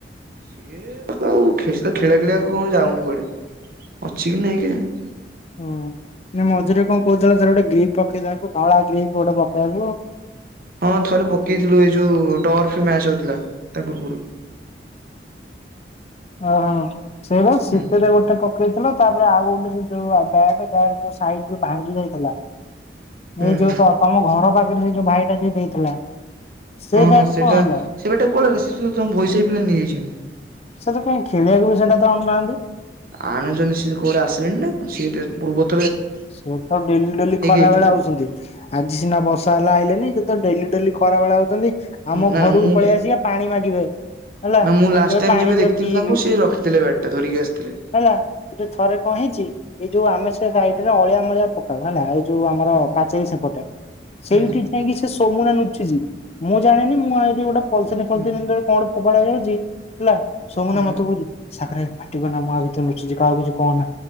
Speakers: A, on the right; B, on the left.
A: ସିଏ କଉ କିସ୍ ତ ଖେଳିଆ ଖେଳିଆକୁ କଣ ଯାଉନି କୁଆଡେ? ଅଛି କି ନାହଁ କେଇହାଣି।
B: ହୁଁ। ମଝିରେ କଣ କହୁଥିଲା ତାର ଗୋଟେ ଗ୍ରୀପ୍ ପକେଇଦବାକୁ ଧଳା ଗ୍ରୀପ୍ ଗୋଟେପକେଇବାକୁ।
A: ହଁ ଥରେ ପକେଇଥିଲୁ ଏ ଯଉ ଟର୍ଫ ମ୍ୟାଚ ହଉଥିଲା ତା ପୂର୍ବରୁ।
B: ଓହୋ ସେଇ ବା ଶୀତରେ
A: ହୁଁ
B: ଗୋଟେ କପ ପକେଇଥିଲ ତାପରେ ଆଉ ଗୋଟେ ବ୍ୟାଟପ୍ୟାଟ ସାଇଟୁରୁ ଭାଙ୍ଗି ଯାଇଥିଲା
A: ହୁଁ
B: ଏଇ ଯୋଉ ତ ତମ ଘର ପାଖରେ ସେ ଯୋଉ ଭାଇଟା ଯିଏ ଦେଇଥିଲା ସେ
A: ହଁ
B: ବ୍ୟାଟ୍
A: ହଁ ସେଟା
B: କଣ ହେଲା
A: ସେ ବାଟେ କୁଆଡ଼େ ଗଲା ସେ ଯୋଉ ତମ ଭଇସାଇ ପିଲା ନେଇଯାଇଚ଼ତି।
B: ସେ ତ କାଇଁ ଖେଳିବାକୁ ବି ସେଟା ତ ଆଣୁନାହାନ୍ତି।
A: ଆଣୁଛନ୍ତି ସିଏ କୋଉଟା ଆସିଲେଣି ନା ସିଏ ପେ ପୂର୍ବ
B: ସେ ତ ଡେଲି ଡେଲି ଖରା
A: ଯାଇଥିଲେ।
B: ବେଳେ ଆଉଚ଼ନ୍ତି ଆଜି ସିନା ବସ୍ ତଏଲା ଆଇଲେନି ସେତ ଡେଲି ଡେଲି ଖରା ବେଳେ ଆଉଚ଼ନ୍ତି ଆମ
A: ନା
B: ଘରକୁ
A: ମୁଁ
B: ପଳେଇ ଆସିବା ପାଣି ମାଗିବେ। ହେଲା
A: ନା ମୁଁ ଲାଷ୍ଟ
B: କହିବେ
A: ଟାଇମ୍
B: ପାଣି
A: ଯେବେ
B: ଦିଅ
A: ଦେଖିଥିଲି
B: ପିଇବି
A: ତାଙ୍କୁ ସେ ରଖିଥିଲେ ବ୍ୟାଟ ଟା ଧରିକି ଆସ୍ ଥିଲେ।
B: ହେଲା ସେଠୁ ଥରେ କଁ ହେଇଚ଼ି ଏ ଯୋଉ ଆମ ସେ ସାଇଡ୍ ରେ ଅଳିଆ ମଳିଆ ପକାଉ ହେଲା ଏ ଯୋଉ ଆମର
A: ହୁଁ
B: ପାଚୋରୀ ସେପଟେ ସେଇଠି
A: ହୁଁ
B: ଯାଇକି ସେ ସୋମୁନା ନୁ ଚିଛି ମୁଁ ଜାଣିନି ମୁଁ ଆଇଠି ଗୋଟେ ପଲ <unintelligible>
A: ହୁଁ
B: କଣ ଫୋପାଡ଼ିଆକୁ ଯାଇଚି ଏଲା ସୋମୁନା
A: ହୁଁ
B: ମତେ କହୁଚ଼ି ସାବରେ ପାଟି କରନା ମୁ ଆ ଭିତରେ ନୁଚୁଛି କାହାକୁ କିଛି କହନା।